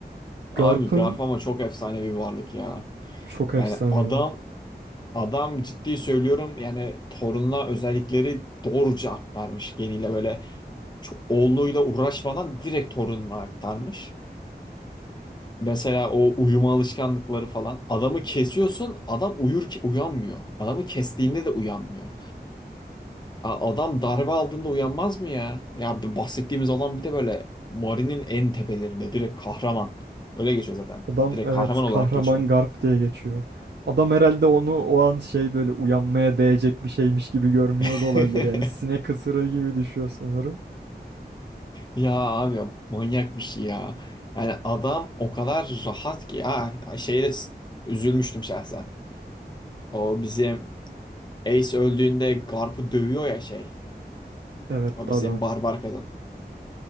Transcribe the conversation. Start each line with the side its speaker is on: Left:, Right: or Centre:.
Left: Abi
Right: Garp'ın
Left: Garp ama çok efsane bir varlık ya.
Right: Çok efsane
Left: Yani adam
Right: ya.
Left: adam ciddi söylüyorum yani torununa özellikleri doğruca aktarmış geniyle böyle çok, oğluyla uğraşmadan direkt torununa aktarmış. Mesela o uyuma alışkanlıkları falan. Adamı kesiyorsun adam uyur, uyanmıyor. Adamı kestiğinde de uyanmıyor. A- Adam darbe aldığında uyanmaz mı ya? Ya bu bahsettiğimiz olan bir de böyle Mari'nin en tepelerinde direkt kahraman. Öyle geçiyor zaten.
Right: Adam
Left: Direkt
Right: evet
Left: kahraman olarak
Right: kahraman
Left: geçiyor.
Right: Garp diye geçiyor. Adam herhalde onu o an şey böyle uyanmaya değecek bir şeymiş gibi görmüyor
Left: <laughs>
Right: da olabilir. Yani sinek ısırığı gibi düşüyor sanırım.
Left: Ya abi manyak bir şey ya. Yani adam o kadar rahat ki ya şeyde s- üzülmüştüm şahsen. O bizim Ace öldüğünde Garp'ı dövüyor ya şey.
Right: Evet
Left: O
Right: dadan.
Left: bizim barbar kadın.